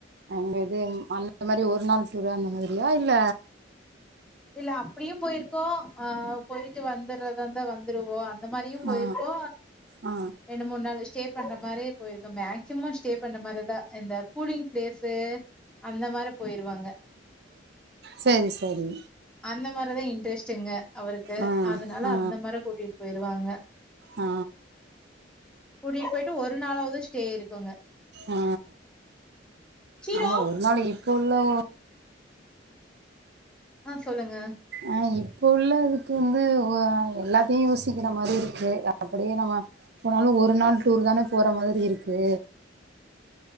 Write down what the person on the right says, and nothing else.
அங்க இது ம் அந்த மாரி ஒரு நாள் டூரு அந்த மாதிரியா இல்ல
ஆ ஆ
செரி செரி
ஆ
ஆ
ஆ
ஆ
ஆமா ஒரு நாளு இப்போள்ளோ
ஆ இப்போ உள்ள இதுக்கு வந்து ஓ அ எல்லாத்தையு யோசிக்கிற மாரி இருக்கு அப்படியே நம போனாலு ஒரு நாள் டூர் தான போற மாதிரி இருக்கு